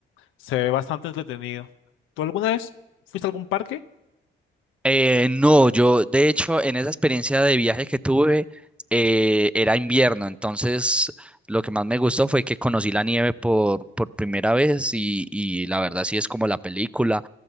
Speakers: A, on the left (about 80°); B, in the centre.
A: se ve bastante entretenido. ¿Tú alguna vez fuiste a algún parque?
B: Eh, no, yo de hecho en esa experiencia de viaje que tuve eh, era invierno, entonces lo que más me gustó fue que conocí la nieve por, por primera vez y, y la verdad sí es como la película,